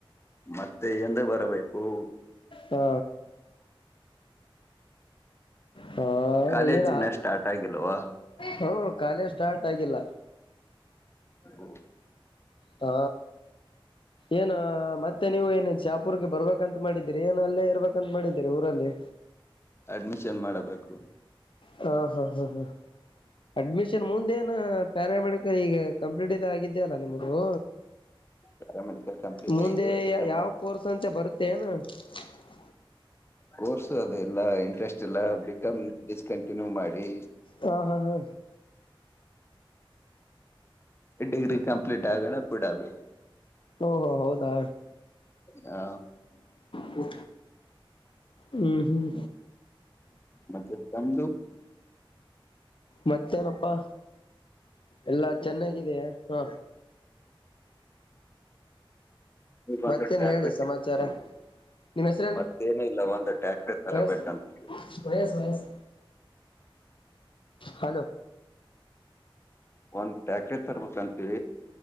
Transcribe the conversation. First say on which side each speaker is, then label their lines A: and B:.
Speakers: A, on the left; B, on the left.
A: ಮತ್ತೆ ಎಂದ ಬರಬೇಕು
B: ಹಾ ಹಾ
A: ಕಾಲೇಜ್
B: ಏನ
A: ಇನ್ನ ಸ್ಟಾರ್ಟ್ ಆಗಿಲ್ವಾ
B: ಹ್ಮ ಕಾಲೇ ಸ್ಟಾರ್ಟ್ ಆಗಿಲ್ಲ
A: ಹ್ಮ
B: ಹಾ ಏನ ಮತ್ತೆ ನೀವು ಏನನ್ ಚಾಪುರ್ಗೆ ಬರ್ಬೇಕಂತ ಮಾಡಿದೀರಿ ಏನ್ ಅಲ್ಲೇ ಇರ್ಬೇಕಂತ ಮಾಡಿದ್ದೀರಿ ಊರಲ್ಲಿ
A: ಅಡ್ಮಿಷನ್ ಮಾಡಬೇಕು
B: ಹಾ ಹಾ ಹಾ ಹಾ ಅಡ್ಮಿಷನ್ ಮುಂದೇನ ಪ್ಯಾರಾಮೆಡಿಕಲ್ ಈಗ ಕಂಪ್ಲೀಟ್ ಆಗಿದ್ದೇ ಅಲ್ಲ ನಿಮ್ದು
A: ಪ್ಯಾರಾಮೆಡಿಕಲ್ ಕಂಪ್ಲೀಟ್
B: ಮುಂದೆ
A: ಆಗಿದೆ ಬಿಕಾಮ್
B: ಯಾವ
A: ಮಾಡಿ
B: ಕೋರ್ಸ್ ಅಂತ ಬರುತ್ತೆ ನ <unintelligible>
A: ಕೋರ್ಸ ಅದೆ ಇಲ್ಲ ಇಂಟ್ರೆಸ್ಟ್ ಇಲ್ಲ ಬಿಕಾಮ್ ಡಿಸ್ಕಂಟಿನ್ಯೂ ಮಾಡಿ
B: ಹಾ ಹಾ ಹಾ
A: ಡಿಗ್ರಿ ಕಂಪ್ಲಿೀಟ್ ಆಗಣ ಬಿುಡದು
B: ಓ ಹೋ ಹೌದಾ
A: ಹಾ
B: ಹ ಹ್ಮ್ ಹ್ಮ್
A: ಮತ್ತೆ ನಮ್ದು
B: ಮತ್ತೇನಪ್ಪಾ ಎಲ್ಲಾ ಚೆನ್ನಾಗಿದ ಹಾ
A: ಈಗ
B: ಮತ್ತೇನ್
A: ಒಂದು ಟ್ಯಾಕ್ಟ್ರಿ
B: ಹೇಳಿ ಸಮಾಚಾರ ನಿಮ್ಮ್ ಹೆಸ್ರೇನ್
A: ಮತ್ತೇನು ಇಲ್ಲ ಒಂದು ಟ್ಯಾಕ್ಟ್ರಿ ತರಬೇಕಂತ
B: ವಯಸ್ ವಯಸ್ ವಯಸ್ ಹಲೋ
A: ಒಂದ್ ಟ್ಯಾಕ್ರಿ ತರ್ಬೇಕಂತೀವಿ